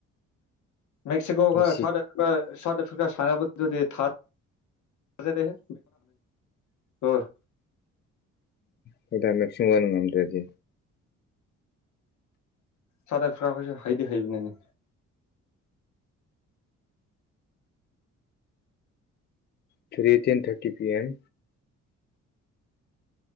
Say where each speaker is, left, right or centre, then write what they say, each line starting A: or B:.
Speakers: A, on the left; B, on the left.
A: ꯃꯦꯛꯁꯤꯀꯣ
B: ꯉꯁꯤ
A: ꯒ ꯁꯥꯎ꯭ꯊ ꯑꯐꯤ ꯀ <unintelligible> ꯁꯥꯥꯎꯠ ꯑꯐ꯭ꯔꯤꯀꯥ ꯁꯥꯏꯅꯥꯕ ꯗꯨꯗꯤ ꯊꯥꯖꯗꯦꯍꯦ <unintelligible>
B: ꯍꯟꯗꯛ ꯃꯦꯛꯁꯤꯔ ꯉꯝꯗ꯭ꯔꯗꯤ
A: ꯁꯥꯥꯎꯊ ꯑꯐ꯭ꯔꯀꯥ ꯈꯣꯢꯁꯨ ꯍꯩꯗꯤ ꯍꯥꯏꯕꯅꯤꯅꯦ
B: three ten thirty P M